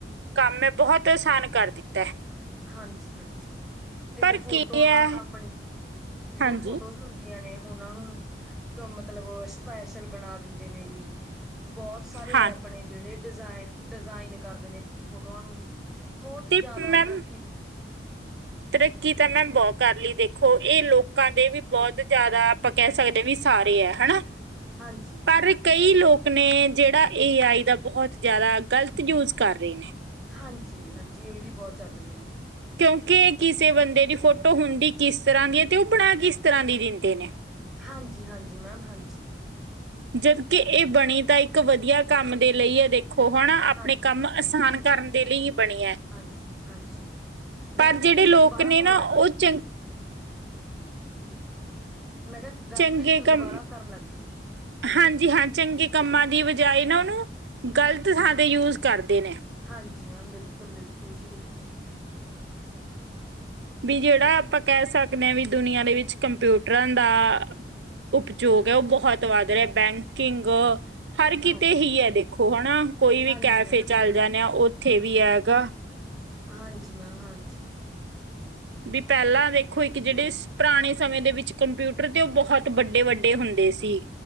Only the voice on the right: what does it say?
ਕੰਮ ਐ ਬਹੁਤ ਆਸਾਨ ਕਰ ਦਿੱਤਾ ਹੈ।
ਪਰ
ਕੀ ਹੈ
ਹਾਂਜੀ
ਹਾਂ
ਤੇ
ਮੈਮ
ਤਰੱਕੀ ਤਾਂ ਨਾ ਬਹੁਤ ਕਰ ਲਈ ਦੇਖੋ ਇਹ ਲੋਕਾਂ ਦੇ ਵੀ ਬਹੁਤ । ਜਿਆਦਾ ਆਪਾਂ ਕਹਿ ਸਕਦੇ ਹਾਂ ਵੀ ਸਾਰੇ ਹੈ ਹਨਾ
ਪਰ ਕਈ ਲੋਕ । ਨੇ ਜਿਹੜਾ ਏ ਆਈ ਦਾ ਬਹੁਤ ਜਿਆਦਾ ਗਲਤ ਯੂਸ ਕਰ ਰਹੇ ਨੇ।
ਕਿਉਂਕਿ ਕਿਸ? ਕਿਸੇ ਬੰਦੇ ਦੀ ਫੋਟੋ ਹੁੰਦੀ ਕਿਸ ਤਰ੍ਹਾਂ ਦੀ ਹੈ ਤੇ ਉਹ ਬਣਾ ਕਿਸ ਤਰ੍ਹਾਂ ਦੀ ਦਿੰਦੇ ਨੇ।
ਜਦਕਿ ਇਹ ਬਣੀ ਤਾ ਇੱਕ ਵਧੀਆ ਕੰਮ ਦੇ ਲਈ ਇਹ ਦੇਖ । ਖੂਹਾਂ ਨਾ ਆਪਣੇ
ਕੰਮ ਆਸਾਨ
ਕਰਨ ਦੇ ਲਈ ਬਣੀਆਂ ਹੈ।
ਪਰ
ਜਿਹੜੇ
ਲੋਕ
ਨੇ
ਨਾ
ਉਹ
ਚੰ ।
ਚੰਗੇ
ਕੰਮ
ਹਾਂਜੀ ਹਾਂ। ਚੰਗੇ ਕੰਮਾਂ ਦੀ ਬਜਾਏ ਨਾ ਉਹਨੂੰ ਗ਼ਲਤ ਥਾਂ ਤੇ ਯੂਸ ਕਰਦੇ ਨੇ।
ਵੀ ਜਿਹੜਾ ਆਪਾਂ ਕਹਿ ਸਕਦੇ ਹਾਂ। ਵੀ ਦੁਨੀਆਂ ਦੇ ਵਿੱਚ ਕੰਪਿਊਟਰਾਂ ਦਾ । ਉਪਯੋਗ ਹੈ। ਉਹ ਬਹੁਤ ਵੱਧ ਰਿਹਾ ਬੈਂਕਿੰਗ । ਹਰ ਕਿਤੇ
ਹੀ ਹੈ। ਦੇਖੋ ਹੈਨਾ ਕੋਈ ਵੀ
ਕੈਫੇ
ਚੱਲ ਜਾਂਦੇ ਆ। ਉ । ਉੱਥੇ ਵੀ ਹੈਗਾ।
ਵੀ ਪਹਿਲਾਂ ਦੇਖੋ ਇੱਕ ਜਿਹੜੇ
ਪੁਰਾਣੇ ਸਮੇਂ ਦੇ ਵਿੱਚ ਕੰਪਿਊਟਰ ਤੇ ਉਹ ਬਹੁਤ ਵੱਡੇ- ਵੱਡੇ ਹੁੰਦੇ ਸੀ।